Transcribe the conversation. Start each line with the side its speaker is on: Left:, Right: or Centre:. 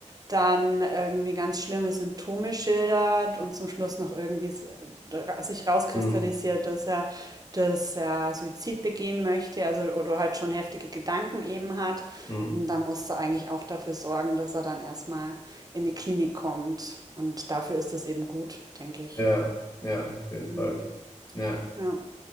Right: dann irgendwie ganz schlimme Symptome schildert und zum Schluss noch irgendwie s- ra- sich rauskristallisiert,
Left: Mhm.
Right: dass er, dass er Suizid begehen möchte, also oder halt schon heftige Gedanken eben hat.
Left: Mhm.
Right: Und dann musst du eigentlich auch dafür sorgen, dass er dann erstmal in eine Klinik kommt. Und dafür ist es eben gut, denke ich.
Left: Ja. Ja. Auf jeden
Right: Hm,
Left: Fall. Ja.
Right: Ja,